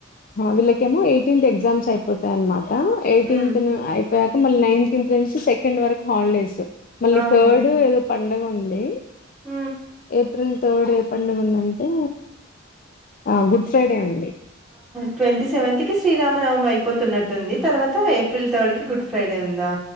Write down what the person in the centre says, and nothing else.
హ్మ్.
ఆహా!
హ్మ్.
ట్వంటీ సెవెంత్ శ్రీరామనవమి అయిపోతున్నట్టుంది తర్వాత ఏప్రిల్ థర్డ్కిి గుడ్ ఫ్రైడే ఉందా